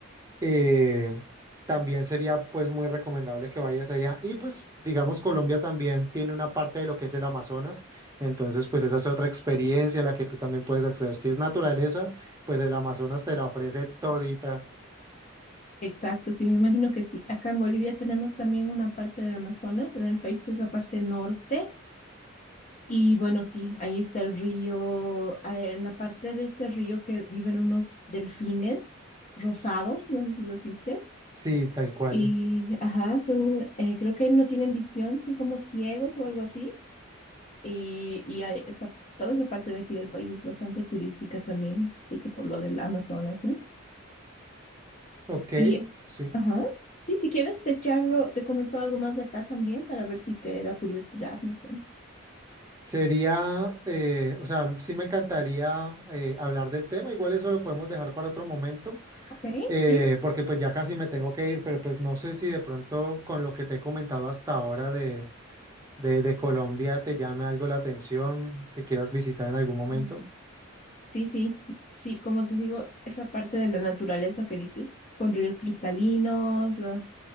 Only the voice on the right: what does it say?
eh, también sería pues muy recomendable que vayas allá. Y pues digamos Colombia también tiene una parte de lo que es el Amazonas, entonces pues esa es otra experiencia a la que tú también puedes acceder. Si es naturaleza, pues el Amazonas te la ofrece todita.
Sí, tal cual.
Ok,
sí.
Sería, eh, o sea, sí me encantaría eh, hablar del tema, igual eso lo podemos dejar para otro momento,
eh,
porque pues ya casi me tengo que ir, pero pues no sé si de pronto con lo que te he comentado hasta ahora de, de, de Colombia te llame algo la atención, que quieras visitar en algún momento?